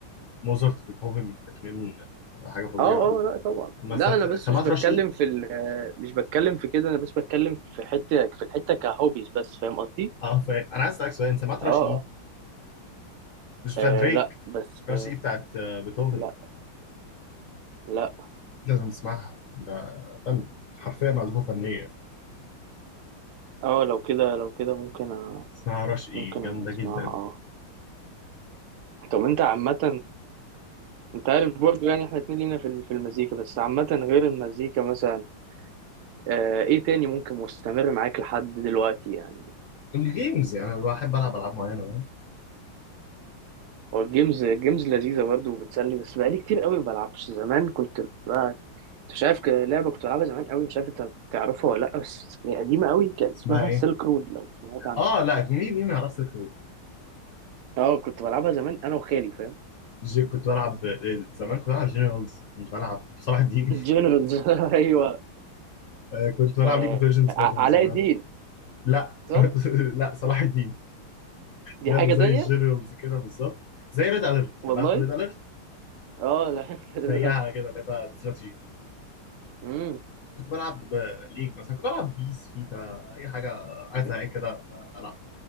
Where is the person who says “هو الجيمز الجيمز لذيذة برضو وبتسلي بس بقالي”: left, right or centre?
Right